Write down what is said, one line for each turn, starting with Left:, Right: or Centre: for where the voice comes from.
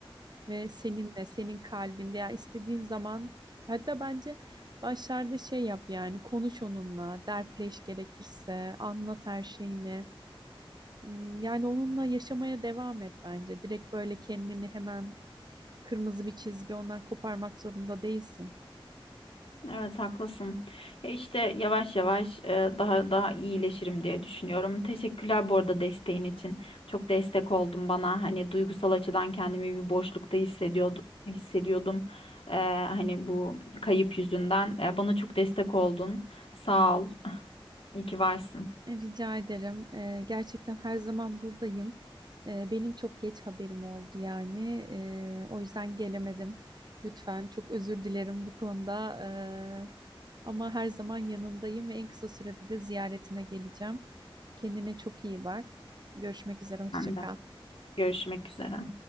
Right: ve seninle, senin kalbinde. Ya istediğin zaman hatta bence başlarda şey yap yani konuş onunla, dertleş gerekirse, anlat her şeyini. Hmm, Yani onunla yaşamaya devam et bence. Direkt böyle kendini hemen kırmızı bir çizgi ondan koparmak zorunda değilsin.
Left: Evet haklısın. Ya işte yavaş yavaş e, daha daha iyileşirim diye düşünüyorum. Teşekkürler bu arada desteğin için. Çok destek oldun bana. Hani duygusal açıdan kendimi bir boşlukta hissediyordum hissediyordum. E, hani bu kayıp yüzünden. E, bana çok destek oldun. Sağ ol. İyi ki varsın.
Right: Rica ederim. Ee, gerçekten her zaman buradayım. Ee, benim çok geç haberim oldu yani. Ee, o yüzden gelemedim. Lütfen çok özür dilerim bu konuda. Ee, ama her zaman yanındayım ve en kısa sürede de ziyaretine geleceğim. Kendine çok iyi bak. Görüşmek üzere. Hoşça
Left: Ben
Right: kal.
Left: de. Görüşmek üzere.